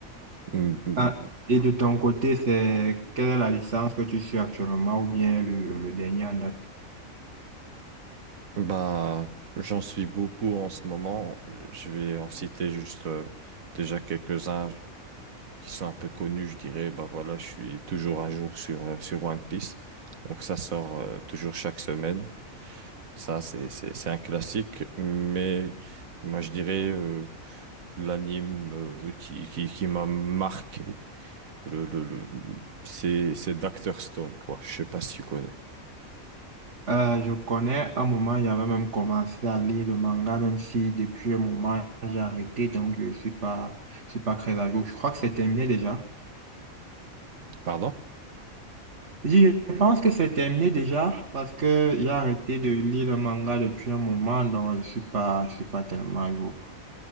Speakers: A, on the right (about 75°); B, on the right (about 55°).
A: Mm,
B: Hein, et de ton côté, c'est quelle est la licence que tu suis actuellement ou bien le, le dernier en date?
A: Bah, j'en suis beaucoup en ce moment. Je vais en citer juste euh, déjà quelques-uns qui sont un peu connus, je dirais. Bah voilà, je suis toujours à jour sur, euh, sur One Piece. Donc ça sort euh, toujours chaque semaine. Ça, c'est, c'est, c'est un classique. Mais moi, je dirais euh, l'anime euh, qui, qui, qui m'a marqué, le, le, le, c'est, c'est Dr. Stone, quoi. Je sais pas si tu connais.
B: Euh, je connais un moment, j'avais même commencé à lire le manga, même si depuis un moment j'ai arrêté, donc je suis pas, je suis pas très à jour. Je crois que c'est terminé déjà.
A: Pardon?
B: Je je pense que c'est terminé déjà parce que j'ai arrêté de lire le manga depuis un moment, donc je suis pas, je suis pas tellement à jour.